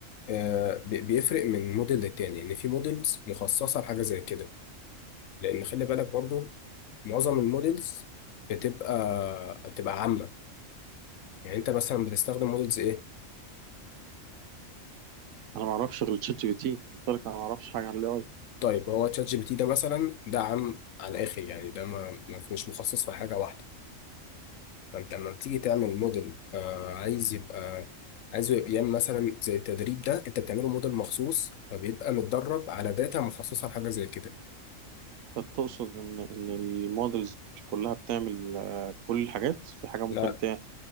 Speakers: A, on the left; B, on the right.
A: آه، بي- بيفرق من موديل للتاني يعني في موديلز مخصصة لحاجة زي كده لأن خلي بالك برضو معظم الموديلز بتبقى بتبقى عامة يعني أنت مثلا بتستخدم موديلز إيه؟
B: أنا ما أعرفش غير تشات جي بي تي قلت لك أنا ما أعرفش حاجة عن ال
A: طيب هو تشات جي بي تي ده مثلا ده عام على الآخر يعني ده ما ما- مش مخصص في حاجة واحدة فانت لما بتيجي تعمل موديل آه عايز يبقى عايزه يبقى يعمل مثلا زي التدريب ده انت بتعمله موديل مخصوص فبيبقى متدرب على داتا مخصصه لحاجه زي كده
B: تقصد ان ان المودلز مش كلها بتعمل آه، كل الحاجات في حاجه ممكن
A: لا
B: تع-